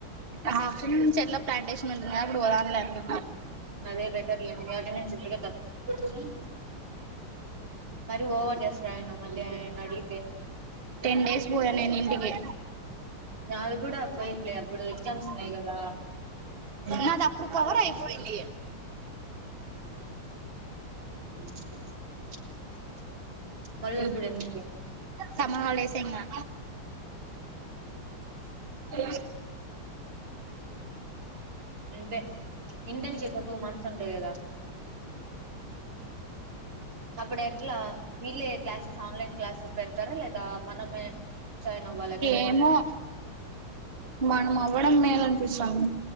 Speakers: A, on the right; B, on the right.
A: హాఫ్న్ చెట్ల ప్లాంటేషన్ ఉంటుందా అప్పుడు పోదాం లే అనుకున్నా
B: అదే బెటర్ లే అట తగ్గుతుంది, మర ఓవర్ చేస్తారు ఆయన మళ్ళీ ఆయన అడిగితే,
A: టెన్
B: ఎం చేస్తునావు
A: డేస్ పోయా నేను ఇంటికి
B: నావి కూడా పోయిలే అప్పుడు ఎగ్జామ్స్ ఉన్నాయి, అంతే కదా
A: నాది అప్పుడు కవర్ అయిపోయింది
B: <unintelligible> మళ్ళీ
A: ము
B: ఎప్పుడు ఎందుకులే
A: సమ్మర్ హాలిడేసే ఇంగా <unintelligible>
B: ఇంతే ఇంటేషన్ టూ మంత్స్ ఉంటాయి, కదా అప్పుడెట్లా వీళ్ళే క్లాసెస్, ఆన్లైన్ క్లాసు పెడతారా లేదా మనమే, జాయిన్ అవ్వాలి ఎక్కడైనా
A: ఏమో మనం అవ్వడం మేల్‌ అనిపిస్తాది.